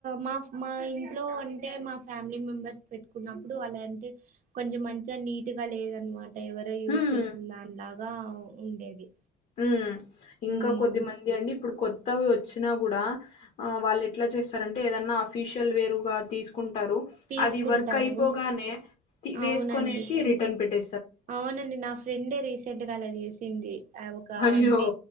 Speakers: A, on the right; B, on the left.
A: మా మా ఇంట్లో అంటే మా ఫ్యామిలీ మెంబెర్స్ పెట్టుకున్నప్పుడు అలాంటే కొంచెం మంచిగా నీట్‌గా లేదనమాట ఎవరో యూజ్
B: ఉమ్
A: చేసిన దాని లాగా ఉండేది
B: ఉమ్మ్ ఇంకా
A: ఉమ్,
B: కొద్ది మంది అండి ఇప్పుడు కొ త్తవి వచ్చినా కూడా ఆ వాళ్ళు ఎట్లా చేస్తారంటే ఏదన్నా అఫీషియల్ వేరుగా తీసుకుంటారు
A: తీసుకుంటారు
B: అది వర్క్ అయిపోగానే వేసుకునేసి
A: అవునండి
B: రిటర్న్ పెట్టే
A: అవునండి నా ఫ్రెండే రీసెంట్‌గా అలా చేసింది ఆ ఒక
B: అయ్యో
A: అంటే